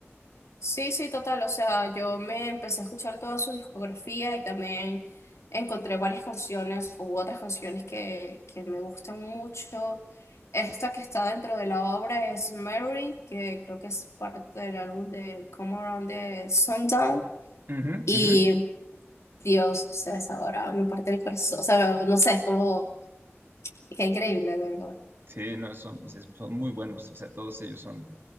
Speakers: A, on the left; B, on the right.
A: Sí, sí, total. O sea, yo me empecé a escuchar toda su discografía y también encontré varias canciones u otras canciones que, que me gustan mucho. Esta que está dentro de la obra es Mary, que creo que es parte del álbum de Come Around the Sundown.
B: Ujú,
A: Y
B: ujú.
A: Dios, o sea, esa obra me parte el corazón. O sea, no sé, es como, es increíble, de verdad.
B: Sí, no, son, pues, es- son muy buenos, o sea, todos ellos son...